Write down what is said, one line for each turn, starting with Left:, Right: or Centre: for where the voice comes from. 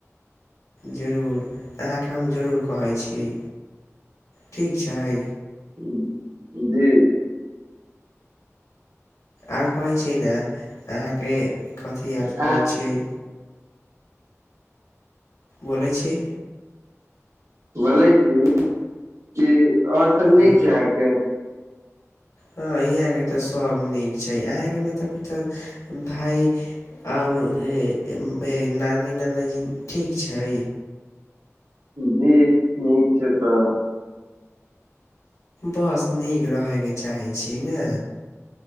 Left: जरूर अहाँके हम जरूर कहै छी ठीक छै
Right: जी जी
Left: आओर कहैत छियै ने अहाँके कथी याद
Right: अहाँ
Left: करैत छियै बोलै छी
Right: बोलै छी कि और सब
Left: हँ
Right: नीक छै अहाँके
Left: हँ यहाँ के तऽ सब नीक छै अहाँके मतलब क तऽ भाय आओर ए नानी नानाजी ठीक छै
Right: जी नीक छै सर
Left: बस नीक रहयके चाहैत छी ने